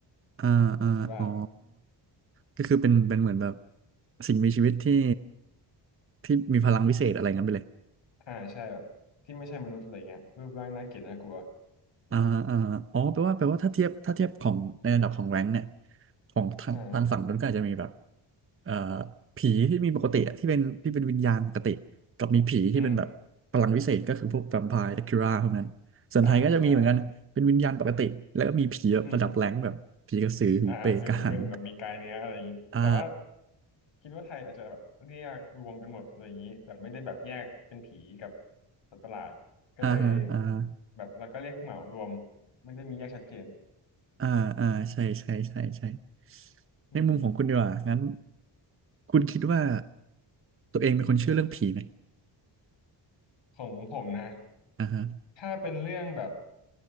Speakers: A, on the right; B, on the left.
A: อ่าอ่าอ๋อ
B: ผมคิดว่า
A: ก็คือเป็นเป็นเหมือนแบบสิ่งมีชีวิตที่ที่มีพลังวิเศษอะไรงั้นไปเลย
B: อ่าใช่แบบที่ไม่ใช่มนุษย์อะไรเงี้ยรูปร่างน่าเกลียดน่ากลัว
A: อ่าอ่าอ๋อแปลว่าแปลว่าถ้าเทียบถ้าเทียบของในระดับของแรงค์เนี่ยของทางทางฝั่งนั้นก็อาจจะมีแบบ
B: อ่า
A: เอ่อผีที่มีปกติอะที่เป็นที่เป็นวิญญาณปกติกับมีผีที่เป็นแบบพลังวิเศษก็คือพวกแวมไพร์ดักคิราพวกนั้นส่วนไทยก็จะมีเหมือนกันเป็นวิญญาณปกติแล้วก็มีผีแบบระดับแรงค์แบบผีกระสือผีเปรตกระหัง
B: อืมอ่าใช่ อืมอ่าสูงขึ้นแบบมีกายเนื้ออะไรอย่างนี้แต่ว่า
A: อ่า
B: คิดว่าไทยอาจจะแบบเรียกรวมกันหมดอะไรอย่างนี้แบบไม่ได้แบบแยกเป็นผีกับสัตว์ประหลาดก็เลย
A: อ่าฮะอ่าฮะ
B: แบบเราก็เรียกเหมารวมไม่ได้มีแยกชัดเจน
A: อ่าอ่าใช่ใช่ใช่ใช่
B: อืม
A: ในมุมของคุณดีกว่างั้นคุณคิดว่าตัวเองเป็นคนเชื่อเรื่องผีไหม
B: ของผมนะ
A: อ่าฮะ
B: ถ้าเป็นเรื่องแบบ